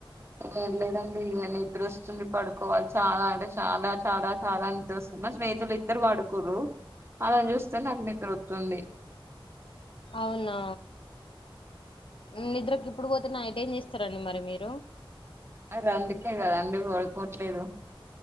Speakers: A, on the right (about 25°); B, on the left (about 70°).
A: ఏం లేదండి ఇ నిద్రస్తుంది పడుకోవాలి చాలా అంటే చాలా చాలా చాలా నిద్రస్తున్నా నా స్నేహితులు ఇద్దరు వాడుకురు అలాని చూస్తే నాకు నిద్ర వతుంది
B: అవునా నిద్రకి ఇప్పుడు పోతే నైట్ ఏం చేస్తారండి మరి మీరు
A: అది అందుకే కదండి పడుకోవట్లేదు